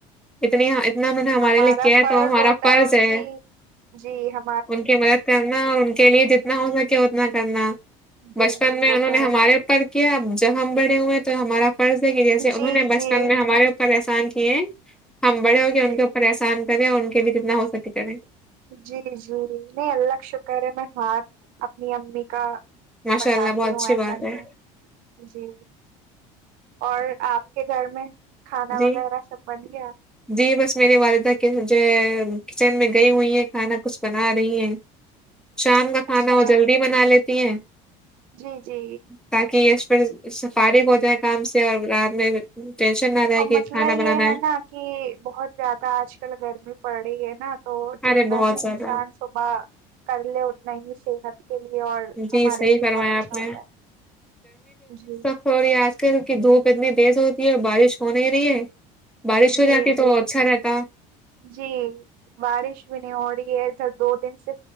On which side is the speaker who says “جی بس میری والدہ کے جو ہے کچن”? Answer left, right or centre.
Centre